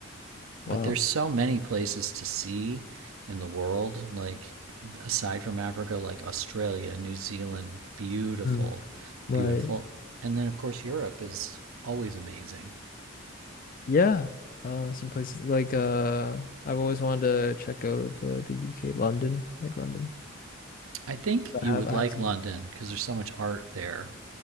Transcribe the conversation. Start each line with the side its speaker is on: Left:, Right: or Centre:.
Left: Wow.
Right: But there's so many places to see in the world, like aside from Africa, like Australia, New Zealand, beautiful,
Left: Mm, right.
Right: beautiful. And then of course Europe is always amazing.
Left: Yeah. Uh, some places like uh, I've always wanted to check out the the UK, London, like London.
Right: I think you
Left: I have
Right: would
Left: I
Right: like
Left: have some.
Right: London because there's so much art there.